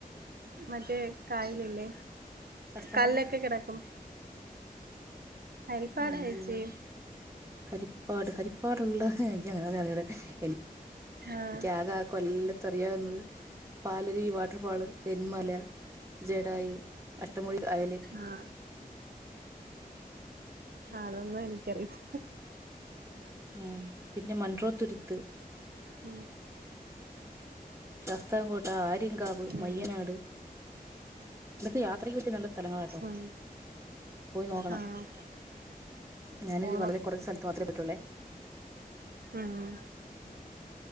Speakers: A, on the right; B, on the right.
A: മറ്റേ കായല് ഇല്ലേ
B: ശാസ്താംകോട്ടയാ
A: കല്ലൊക്കെ കിടക്കും ഹരിപ്പാടാ
B: അയ്യോ
A: ചേച്ചി
B: ഹരിപ്പാട് ഹരിപ്പാ പ്പാടുള്ള എനിക്കങ്ങനെ അറിഞ്ഞൂട എനിക്ക്
A: ആഹ്
B: ആകെ കൊല്ലത്ത് അറിയാവുന്നത് പാലരുവി വാട്ടർ ഫാള് തെന്മല ജഡായു അഷ്ടമുടി കായല്
A: ആഹാ അതൊന്നും എനിക്കറിയത്തില്ല
B: ഉം പിന്നെ മൺറോത്തുരുത്ത്
A: ഉം
B: ശാസ്തങ്കോട്ട, ആര്യങ്കാവ്,
A: ഉം
B: മയ്യനാട് ഇതൊക്കെ യാത്രക്ക് പറ്റിയ നല്ല സ്ഥലങ്ങളാട്ടോ
A: ഉം
B: പോയി നോക്കണം
A: ആഹ്
B: ഞാനത്
A: ഓണം
B: വളരെ കൊറച്ചു സ്ഥല ത്ത് മാത്രേ പറ്റോളൂ
A: ആഹ്